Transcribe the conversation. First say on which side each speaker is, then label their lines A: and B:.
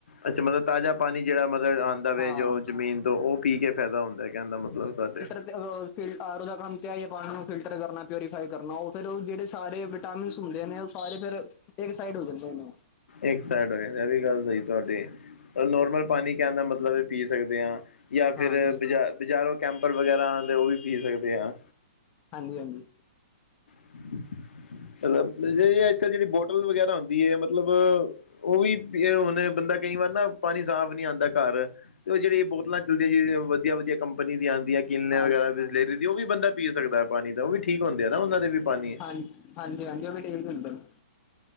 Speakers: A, on the left; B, on the left.
A: ਅੱਛਾ, ਮਤਲਬ ਤਾਜ਼ਾ ਪਾਣੀ ਜਿਹੜਾ ਮਤਲਬ ਆਂ ਦਾ ਪਿਆ ਵੇ
B: ਹਾਂ
A: ਜੋ ਜ਼ਮੀਨ ਤੋਂ ਉਹ ਪੀ ਕੇ ਫੈਦਾ ਹੁੰਦਾ ਕਹਿੰਦਾ ਮਤਲਬ ਤੋਆਡੇ।
B: ਆ ਫਿਰ ਆਰੋ ਦਾ ਕੰਮ ਤੇ ਆਈ ਆਈ ਏ ਪਾਣੀ ਨੂੰ ਫਿਲਟਰ ਕਰਨਾ, ਪਿਊਰੀਫਾਈ ਕਰਨਾ, ਉਹ ਫਿਰ ਉਹ ਜਿਹੜੇ ਸਾਰੇ ਵਿਟਾਮਿਨਸ ਹੁੰਦੇ ਨੇ ਸਾਰੇ ਫਿਰ ਇੱਕ ਸਾਈਡ ਹੋ ਜਾਂਦੇ ਨੇ
A: ਇੱਕ ਸਾਈਡ ਹੋਏ, ਇਹ ਵੀ ਗੱਲ ਸਹੀ ਤੁਹਾਡੀ। ਨੋਰਮਲ ਪਾਣੀ ਕਹਿਣ ਦਾ ਮਤਲਬ ਏ ਪੀ ਸਕਦੇ ਆਂ। ਜਾਂ ਫਿਰ
B: ਹਾਂਜੀ
A: ਬ ਬਜ਼ਾਰੋਂ ਕੈਂਪਰ ਵਗੈਰਾ ਆਂਦੇ ਉਹ ਵੀ ਪੀ ਸਕਦੇ ਆਂ।
B: ਹਾਂਜੀ ਹਾਂਜੀ।
A: <unintelligible> ਅੱਜ-ਕੱਲ੍ਹ ਜਿਹੜੀ ਬੋਟਲ ਵਗੈਰਾ ਹੁੰਦੀ ਐ ਮਤਲਬ ਉਹ ਵੀ ਬੇ ਹੁਣ ਬੰਦਾ ਕਈ ਵਾਰ ਨਾ ਪਾਣੀ ਸਾਫ਼ ਨੀ ਆਂਦਾ ਘਰ। ਤੇ ਉਹ ਜਿਹੜੀ ਬੋਤਲਾਂ ਚੱਲਦੀਆਂ ਜ <unintelligible> ਵਧੀਆ-ਵਧੀਆ ਕੰਪਨੀ ਦੀਆਂ ਆਦੀਆਂ। ਕਿਨੇ
B: ਹਾਂ
A: ਵਗੈਰਾ ਬਿਸਲਰੀ ਦੀ ਉਹ ਵੀ ਬੰਦਾ ਪੀ ਸਕਦਾ ਐ ਪਾਣੀ ਤਾਂ ਉਹ ਵੀ ਠੀਕ ਹੁੰਦੇ ਆ ਨਾ ਉਹਨਾਂ ਦੇ ਵੀ ਪਾਣੀ।
B: ਹਾਂ ਹਾਂਜੀ ਹਾਂਜੀ, ਉਹ ਵੀ ਠੀਕ ਹੁੰਦੇ ਨੇ।